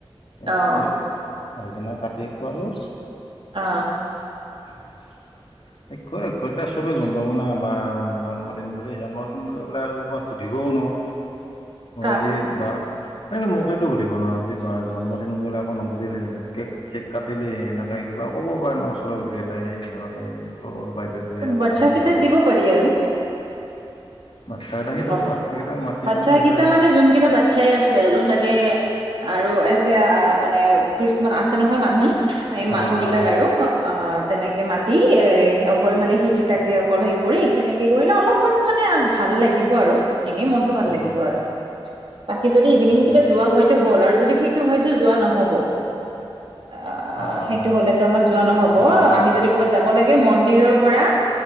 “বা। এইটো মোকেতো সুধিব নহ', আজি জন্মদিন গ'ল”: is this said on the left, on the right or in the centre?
Left